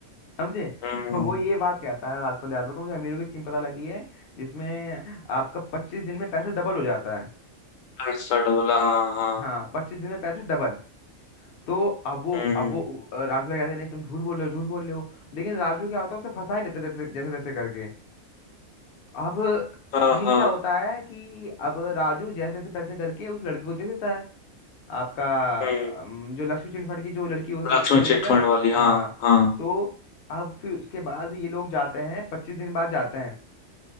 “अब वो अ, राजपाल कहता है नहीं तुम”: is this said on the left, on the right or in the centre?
Left